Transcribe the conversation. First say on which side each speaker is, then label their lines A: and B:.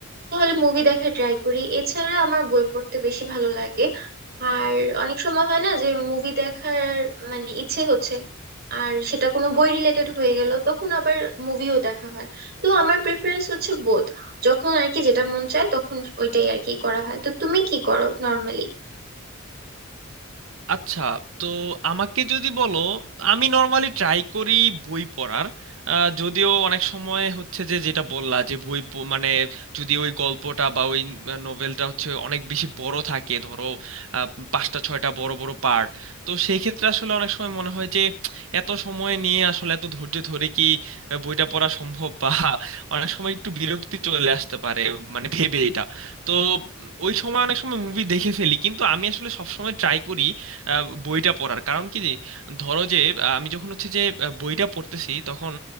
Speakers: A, on the right; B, on the right.
A: তাহলে মুভি দেখা ট্রাই করি এছাড়া আমার বই পড়তে বেশি ভালো লাগে আর অনেক সময় হয় না যে মুভি দেখার মানে ইচ্ছে হচ্ছে আর সেটা কোনো বই রিলেটেড হয়ে গেল তখন আবার মুভিও দেখা হয় তো আমার প্রেফারেন্স হচ্ছে বোথ যখন আর কি যেটা মন চায় তখন ওইটাই আর কি করা হয় তো তুমি কি করো নর্মালি
B: আচ্ছা তো আমাকে যদি বলো আমি নর্মালি ট্রাই করি বই পড়ার আহ, যদিও অনেক সময় হচ্ছে যে যেটা বললা যে বই প- মানে যদি ওই গল্পটা বা ওই নোভেলটা হচ্ছে অনেক বেশি বড় থাকে ধরো আহ, পাঁচটা ছয়টা বড় বড় পার্ট তো সেই ক্ষেত্রে আসলে অনেক সময় মনে হয় যে এত সময় নিয়ে আসলে এত ধৈর্য ধরে কি আহ, বইটা পড়া সম্ভব বা অনেক সময় একটু বিরক্তি চলে আসতে পারে মানে ভেবে এটা তো উম, ওই সময় অনেক সময় মুভি দেখে ফেলি কিন্তু আমি আসলে সব সময় ট্রাই করি আহ, বইটা পড়ার কারণ কি যে ধরো যে আহ, আমি যখন হচ্ছে যে আহ, বইটা পড়তেছি তখন